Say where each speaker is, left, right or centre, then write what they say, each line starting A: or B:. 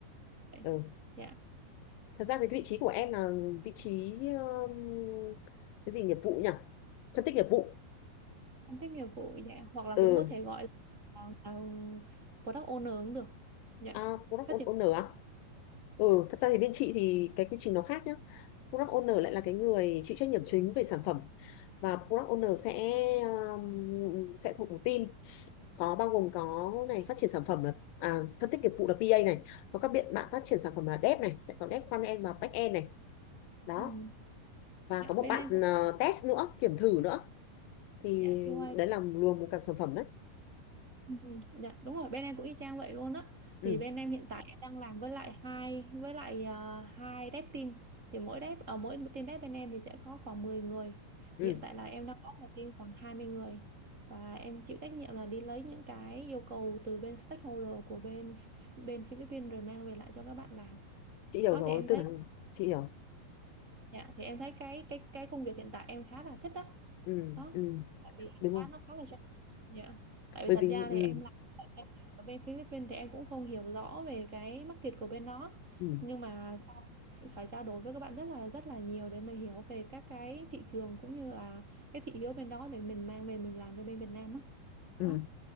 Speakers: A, on the right; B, on the left.
A: vậy.
B: ừ.
A: dạ
B: Thật ra thì cái vị trí của em là vị trí um, cái gì nghiệp vụ nhỉ? Phân tích nghiệp vụ.
A: phân tích nghiệp vụ dạ hoặc là
B: Ừ,
A: cũng có thể gọi là, là product owner cũng được dạ
B: à, product
A: phát triển
B: owner à? Ừ, thật ra thì bên chị thì cái quy trình nó khác nhá. Product owner lại là cái người chịu trách nhiệm chính về sản phẩm và product owner sẽ um, sẽ thuộc một team có bao gồm có này phát triển sản phẩm là à, phân tích nghiệp vụ là PA này, có các bạn bạn phát triển sản phẩm là dev này, sẽ có dev front end và back end này. Đó,
A: ừ.
B: và
A: dạ
B: có một
A: bên
B: bạn
A: em cũng
B: ờ, test nữa, kiểm thử nữa thì
A: Dạ QA
B: đấy là luồng một cả sản phẩm đấy
A: ừ, dạ, đúng rồi bên em cũng y chang vậy luôn á thì
B: ừ
A: bên em hiện tại em đang làm với lại hai với lại ờ, hai dev team thì mỗi dev ở mỗi team dev bên em thì sẽ có khoảng 10 người
B: ừ
A: thì hiện tại là em đang có một team khoảng 20 người và em chịu trách nhiệm là đi lấy những cái yêu cầu từ bên stakeholder của bên bên Philippines rồi mang về lại cho các bạn làm
B: chị hiểu
A: đó
B: rồi
A: thì em thấy
B: tức là chị hiểu
A: Dạ, thì em thấy cái cái cái công việc hiện tại em khá là thích đó
B: ừ
A: đó
B: ừ
A: tại vì
B: đúng
A: khá
B: không
A: nó khá là rộng dạ tại
B: bởi
A: vì thật
B: vì
A: ra thì
B: ừ
A: em làm tại ngân hàng ở bên Philippines thì em cũng không hiểu rõ về cái market của bên đó
B: ừ
A: nhưng mà sau phải trao đổi với các bạn rất là rất là nhiều để mình hiểu về các cái thị trường cũng như là cái thị hiếu bên đó để mình mang về mình làm cho bên Việt Nam á
B: Ừ,
A: đó.